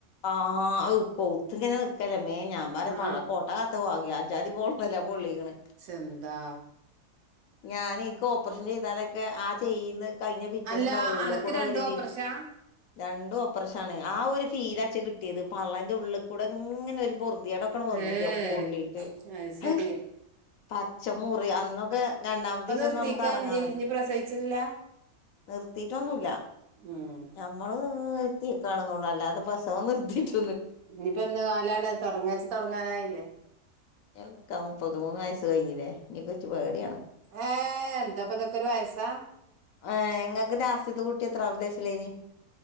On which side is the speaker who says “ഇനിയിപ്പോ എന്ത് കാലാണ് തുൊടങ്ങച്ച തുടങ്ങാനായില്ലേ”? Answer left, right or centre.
Right